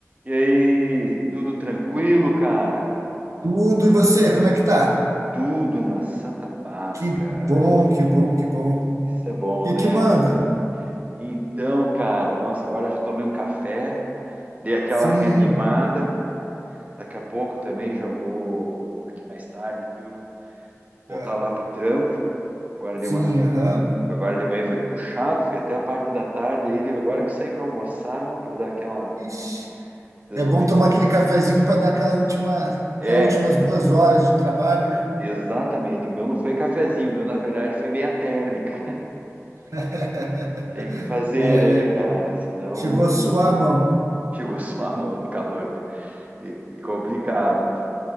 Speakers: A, on the right; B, on the right.
A: E aí, tudo tranquilo, cara?
B: Tudo, e você, como é que tá?
A: Tudo na santa paz,
B: Que
A: cara.
B: bom, que bom, que bom.
A: Isso é bom,
B: E o
A: né,
B: que manda?
A: cara? Então, cara, nossa, agora já tomei um café, dei aquela
B: Sim,
A: reanimada. Daqui a pouco também já vou, aqui mais tarde, que eu voltar
B: ah,
A: lá pro trampo. Agora
B: sim,
A: dei uma,
B: aham.
A: agora de manhã foi puxado, foi até a parte da tarde aí, agora que eu saí para almoçar, para dar aquela
B: Ixi,
A: desopilada.
B: é bom tomar aquele cafezinho para dar aquela última,
A: É,
B: aquelas últimas duas horas de trabalho, né?
A: exatamente. O meu não foi cafezinho, o meu na verdade foi meia térmica.
B: <laughs>
A: Tem que fazer,
B: É,
A: né, cara? Senão
B: chegou a suar a mão.
A: <laughs> chegou a sua mão de calor. cara. E complicado.